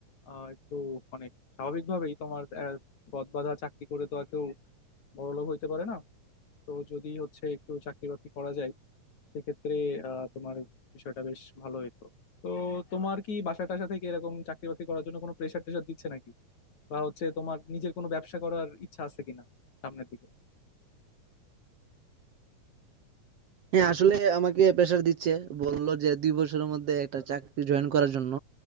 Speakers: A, on the left; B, on the right.
A: আহ, একটু মানে স্বাভাবিকভাবেই তোমার আহ, গদ বাঁধা চাকরি করে তো আর কেউ বড়লোক হইতে পারে না তো যদি হচ্ছে একটু চাকরি বাকরি করা যায় সেক্ষেত্রে আহ, তোমার বিষয়টা বেশ ভালো হতো তো তোমার কি বাসা টাসা থেকে এরকম চাকরি বাকরি করার জন্য কোনো প্রেশার টেশার দিচ্ছে নাকি বা হচ্ছে তোমার নিজের কোনো ব্যবসা করার ইচ্ছা আছে কিনা সামনের দিকে
B: হ্যাঁ, আসলে আমাকে প্রেশার দিচ্ছে। বললো যে ২ বছরের মধ্যে একটা চাকরি জয়েন করার জন্য।